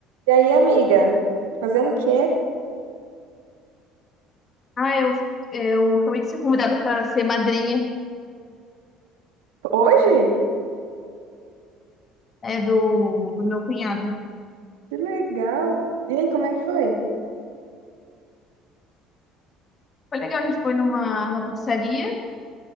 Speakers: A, on the right (about 70°); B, on the left (about 35°).
A: E aí, amiga? Fazendo o quê?
B: Ah, eu, eu acabei de ser convidada para ser madrinha
A: Hoje?
B: é, do, do meu cunhado.
A: Que legal! E aí, como é que foi?
B: Foi legal, a gente foi numa, numa pizzaria